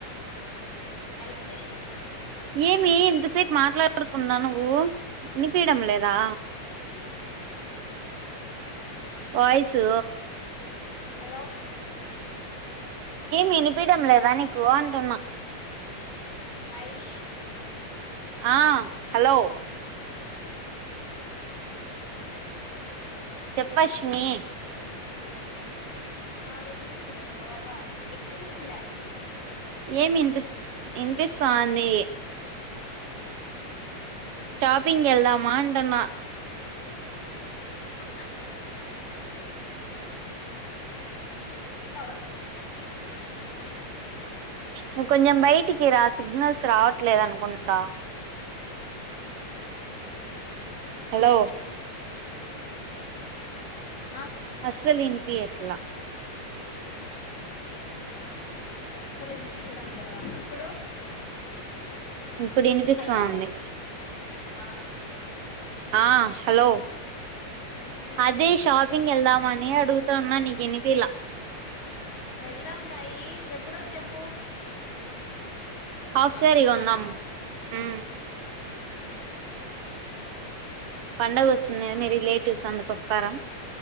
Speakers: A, on the left (about 75°); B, on the right (about 65°).
A: Maitri
B: ఏమి ఇంతసేపు మాట్లాడుకుండ నువ్వు వినిపియడం లేదా వయిసు
A: హలో
B: వినిపిడం లేదా నీకు అంటున్నా
A: గయి
B: ఆ హలో చెప్ప అశ్వినీ
A: ఆ వినిపిస్తుంది ఒ అమ్మ వినిపిస్తుందా
B: ఏమి ఇ ఇనిపిస్తోంది షాపింగ్ వెళ్దామంటన
A: అ ఓస్
B: నువ్ కొంచెం బయటికి రా సిగ్నల్స్ రావట్లేదు అనుకుంటా
A: ఆ
B: హలో
A: బయటే వస్తున్నా ఆ
B: అస్సలు వినిపియట్లే
A: అసలు ఇనిపించడం లేదా ఇప్పుడు
B: ఇప్పుడు వినిపిస్తాంది
A: హలో ఆ
B: ఆ హలో
A: మ్మ్
B: అదే షాపింగ్
A: ను
B: ఎళ్దామా నేనే అడుగుతా ఉన్నా నికినిపియలే
A: వెళ్దాం గాయి ఎప్పుడో చెప్పు
B: హాఫ్ శారి
A: అందరం
B: కొందాం ఉ
A: ఊ
B: పండుగ వస్తుంది మీ రిలేటివ్స్ అందరూ వస్తారా